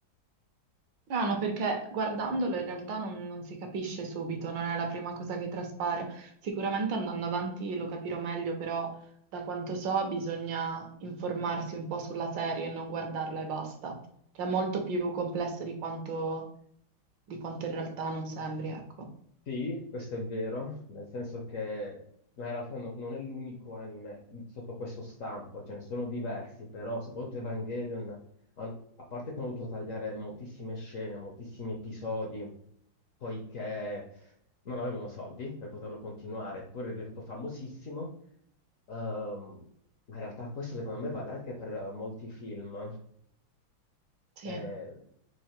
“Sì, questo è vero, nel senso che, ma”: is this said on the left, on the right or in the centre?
Left